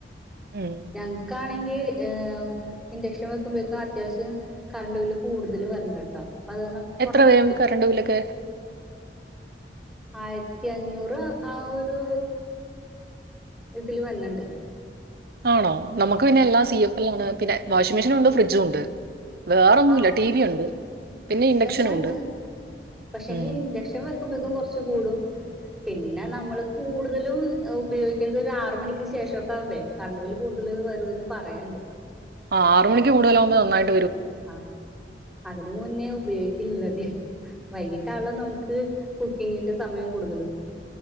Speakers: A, on the right; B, in the centre.
A: ഉം.
B: ഞങ്ങക്കാണെങ്കിൽ ക്കാണങ്കി ഇൻഡക്ഷൻ വെക്കുമ്പോഴേക്കും അത്യാവശ്യം കറണ്ട് ബില് കൂടുതൽ വരണ്ടട്ടോ പ്പത്കരണം കുറച്ചു
A: എത്ര വരും കറണ്ട് ബില്ലൊക്കെ
B: ആയിരത്തി അഞ്ഞൂറ് ആ ഒരു ഇതില് വന്നിണ്ട്
A: ആണോ നമുക്ക് പിന്നെ എല്ലാ സി എഫ എല്ല ആണ് പിന്നെ വാഷിംഗ മെഷീൻ ഉണ്ട് ഫ്രിഡ്ജും ഉണ്ട്. വേറെന്നുമല്ല
B: ആഹ്
A: ടി വി ഉണ്ട് പിന്നെ ഇൻഡക്ഷനും
B: ഇതെല്ലാണ്ട്
A: ഉണ്ട്.
B: പക്ഷെങ്കി
A: ഉം.
B: ഇൻഡക്ഷൻ വെക്കുമ്പക്കും കുറച്ച് കൂടും പിന്നെ നമ്മള് കൂടുതലും ഉപയോഗിക്കുന്നത് ഒരു ആറ്മണിക്ക് ശേഷംക്കെ ആകുമ്പേഴേ കറണ്ട് ബില് കൂടുതല് വരൂന്ന് പറയണ്ട്
A: ആറുമണി കൂടുതാലക്മ്പോനായിട്ട്.
B: ആ അതിന് മുന്നേ ഉപയോഗിക്കില്ലല്ലോ അതിം വൈകിട്ട് മറ്റള നമുക്ക് കുക്കിങ്ങിന്റെ സമയം കൂടുതലും